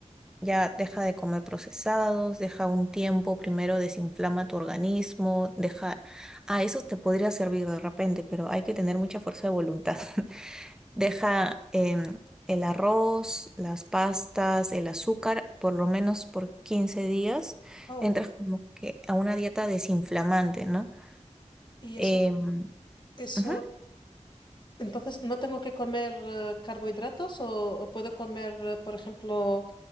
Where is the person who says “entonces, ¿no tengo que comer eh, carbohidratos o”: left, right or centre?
Left